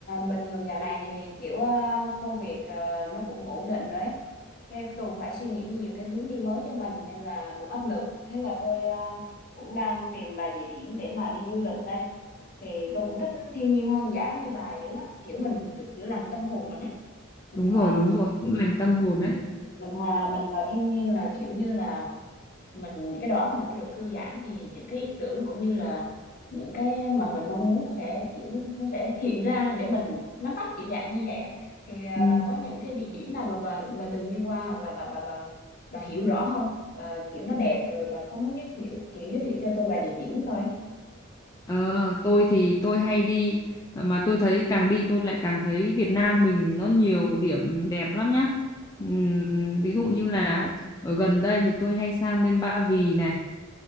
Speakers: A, on the left; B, on the left.
A: Bình thường dạo này thì kiểu ờ, công việc ờ, nó cũng ổn định rồi ấy. Thế Tùng phải suy nghĩ nhiều cái hướng đi mới cho mình nên là cũng áp lực. Thế là tôi ờ, cũng đang tìm vài địa điểm để mà đi du lịch đây. Thì tôi cũng thích thiên nhiên hoang dã như bà dữ lắm. Kiểu mình được chữa lành tâm hồn mình ấy. Mình
B: đúng
A: hòa
B: rồi đúng
A: mình,
B: rồi
A: đúng
B: chữa
A: rồi.
B: lành tâm hồn đấy
A: mình hòa mình vào thiên nhiên là kiểu như là mình cái đầu óc mình nó được thư giãn thì những cái ý tưởng cũng như là những cái mà mình mong muốn nó sẽ kiểu nó sẽ hiện ra để mình nắm bắt kiểu dạng như vậy á thì à,
B: ừ.
A: bà có những cái địa điểm nào mà bà mà từng đi qua hoặc là bà bà bà bà hiểu rõ không bà kiểu nó đẹp rồi bà có muốn giới thiệu kiểu giới thiệu cho tôi vài địa điểm coi
B: Ờ, tôi thì tôi hay đi mà tôi thấy càng đi tôi lại càng thấy Việt Nam mình nó nhiều điểm đẹp lắm nhá. Ừm, ví dụ như là ở gần đây thì tôi hay sang bên Ba Vì này,